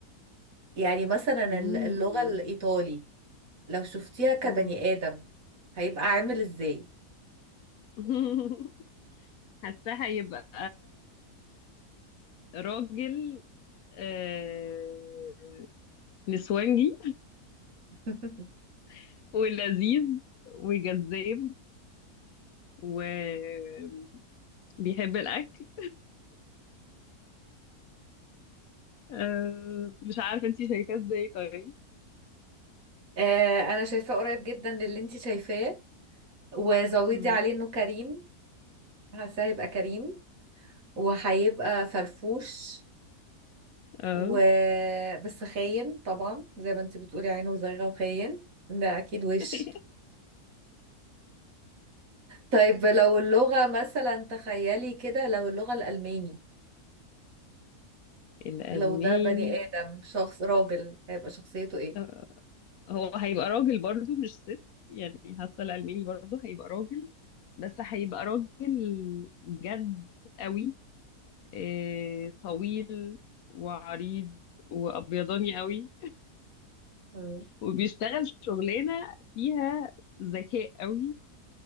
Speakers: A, on the right; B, on the left.
A: يعني مثلا
B: مم.
A: الل- اللغة الإيطالي لو شفتيها كبني
B: مم.
A: آدم هيبقى عامل ازاي
B: <laughs> حاساه هيبقى راجل آه، نسوانجي
A: <laughs>
B: <laughs> ولذيذ وجذاب وبيحب الأكل آه، مش عارفة انتي شايفاه ازاي طيب
A: آه انا شايفاه قريب جدا للي انت شايفاه وزودي
B: مم.
A: عليه انه كريم حاسه هيبقى كريم وهيبقى فرفوش
B: اه
A: و بس خاين طبعا زي ما انت بتقولي عينه زيغه وخاين ده اكيد وش
B: <laughs>
A: طيب لو اللغة مثلا تخيلي كده لو اللغة الألماني
B: الألماني
A: لو ده بني آدم شخص راجل هيبقى شخصيته ايه؟
B: آه. هو هيبقى راجل برضو مش ست يعني حاسه الألماني برضو هيبقى راجل بس هيبقى راجل جد قوي آه، طويل وعريض وأبيضاني قوي
A: مم.
B: وبيشتغل شغلانة فيها ذكاء قوي